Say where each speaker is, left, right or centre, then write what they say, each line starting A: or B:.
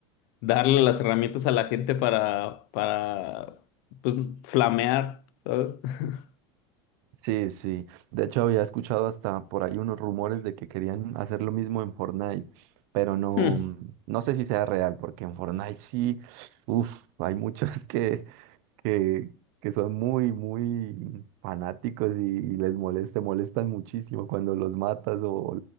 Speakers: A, on the left; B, on the right.
A: darle las herramientas a la gente para, para, pues, flamear, ¿sabes? <laughs>
B: Sí, sí. De hecho, había escuchado hasta por ahí unos rumores de que querían hacer lo mismo en Fortnite, pero no,
A: Hmm,
B: no sé si sea real, porque en Fortnite sí, uff, hay muchos <laughs> que, que, que son muy, muy fanáticos y, les molesta, molestan muchísimo cuando los matas o,